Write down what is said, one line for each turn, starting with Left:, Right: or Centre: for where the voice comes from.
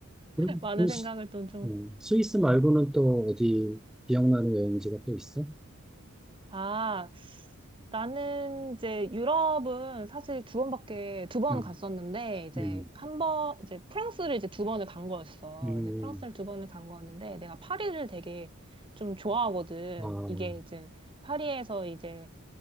Centre: 그럼
Right: 많은
Centre: 그
Right: 생각을
Centre: 스-
Right: 또 좀.
Centre: 음, 스위스 말고는 또 어디 기억나는 여행지가 또 있어?
Right: 아, 나는 이제 유럽은 사실 두 번밖에, 두 번
Centre: 음,
Right: 갔었는데, 이제
Centre: 음,
Right: 한 번, 이제 프랑스를 이제 두 번을 간 거였어.
Centre: 음.
Right: 이제 프랑스를 두 번을 간 거였는데, 내가 파리를 되게 좀 좋아하거든.
Centre: 어,
Right: 이게 이제 파리에서 이제